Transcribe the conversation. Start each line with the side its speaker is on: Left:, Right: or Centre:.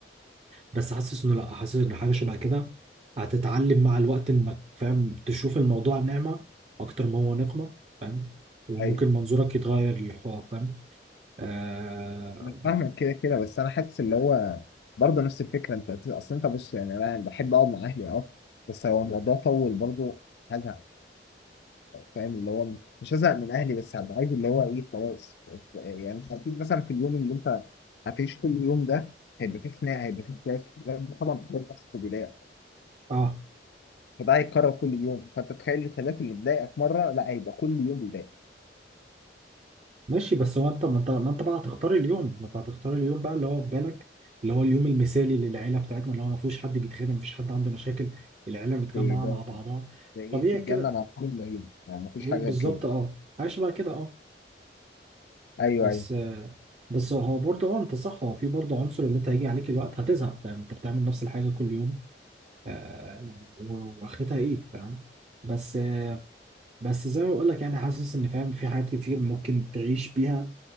Right: بس حاسس انه لا حاسس ان حاجه شبه كده هتتعلم مع الوقت انك فاهم تشوف الموضوع نعمه اكتر ما هو نقمه فاهم وممكن
Left: ايوه
Right: منظورك يتغير للحوار فاهم اه
Left: أنا فاهمك كده كده بس انا حاسس اللي هو برضه نفس الفكره انت اصل انت بص يعني انا بحب اقعد مع اهلي اه بس لو الموضوع طول برضه هزهق فاهم اللي هو مش هزهق من اهلي بس هبقى عايز اللي هو ايه خلاص يعني مش اكيد مثلا في اليوم اللي انت هتعيش كل يوم ده هيبقى فيه خناقه هيبقى فيه خلاف طبعا بتلاقي بتحصل في البدايه
Right: آه،
Left: فده هيتكرر كل يوم فانت تخيل الخلاف اللي بيضايقك مره لا هيبقى كل يوم بيضايقك
Right: ماشي بس هو انت ما انت ما انت بقى هتختار اليوم ما انت هتختار اليوم بقى اللي هو في بالك اللي هو اليوم المثالي للعيله بتاعتنا اللي هو ما فيهوش حد بيتخانق ما فيش حد عنده مشاكل العيله متجمعه
Left: ده
Right: مع بعضها
Left: ده ايه
Right: طبيعي
Left: في الجنه
Right: كده
Left: مع كل العيله يعني مفيش
Right: ايه
Left: حاجه
Right: بالظبط
Left: غير كده
Right: اه عايش بقى كده اه
Left: ايوه
Right: بس
Left: ايوه
Right: آه بس هو برضه اه انت صح هو في برضه عنصر اللي انت هيجي عليك الوقت هتزهق فاهم انت بتعمل نفس الحاجه كل يوم آه و- واخرتها ايه فاهم بس آه بس زي ما بقول لك يعني حاسس ان فاهم في حاجات كتير ممكن تعيش بيها